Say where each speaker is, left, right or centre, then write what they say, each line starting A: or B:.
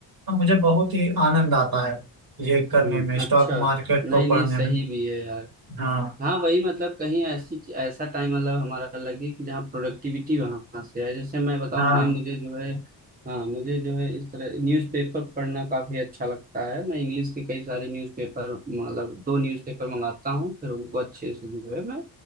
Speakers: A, on the right (about 55°); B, on the right (about 20°).
A: अब मुझे बहुत ही आनंद आता है ये करने
B: हम्म
A: में स्टॉक
B: अच्छा
A: मार्केट
B: नहीं
A: को पढ़ने
B: नहीं सही
A: में
B: भी है यार
A: हाँ
B: हाँ वही मतलब कहीं ऐसी ऐसा टाइम मतलब हमारा लगे कि जहाँ प्रोडक्टिविटी वहां से आए जैसे मैं बताऊँ
A: हाँ
B: मैं मुझे जो है हाँ मुझे जो है इस तरह न्यूज़पेपर पढ़ना काफी अच्छा लगता है मैं इंग्लिश के कई सारे न्यूज़पेपर मतलब दो न्यूज़पेपर मंगाता हूँ फिर उनको अच्छे से जो है मैं